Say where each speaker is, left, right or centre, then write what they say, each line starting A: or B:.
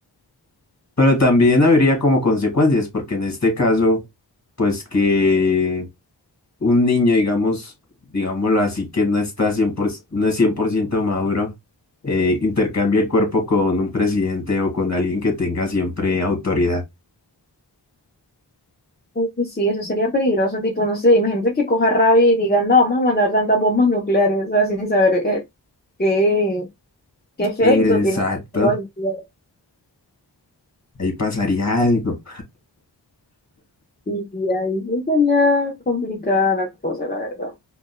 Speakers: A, on the left; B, on the left.
A: Pero también habría como consecuencias, porque en este caso, pues que un niño, digamos, digámoslo así, que no está 100%, no es 100% maduro, eh, intercambie el cuerpo con un presidente o con alguien que tenga siempre autoridad.
B: Uy, Sí, eso sería peligroso, tipo, no sé, imagínate que coja rabia y diga, no, vamos a mandar tantas bombas nucleares, o sea, sin saber eh, qué, qué efecto
A: Exacto,
B: tiene las bombas nucleares.
A: ahí pasaría algo.
B: Y ahí sí sería complicada la cosa, la verdad.